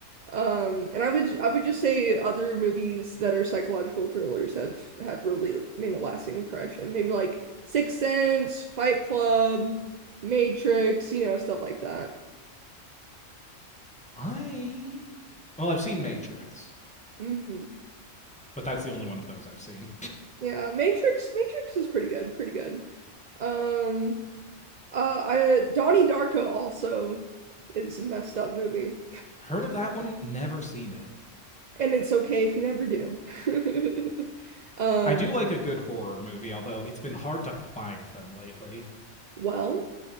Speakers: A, on the right; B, in the centre.
A: Um, and I would I would just say other movies that are psychological thrillers have have really made a lasting impression. Maybe like Sixth Sense, Fight Club, Matrix, you know, stuff like that.
B: I. Well, I've seen Matrix.
A: Mhm.
B: but that's the only one of those I've seen.
A: Yeah, Matrix Matrix is pretty good, pretty good. Um uh I Donnie Darko also is a messed up movie.
B: Heard of that one? Never seen it.
A: And it's okay if you never do. <laughs> Um
B: I do like a good horror movie, although it's been hard to find them lately.
A: well,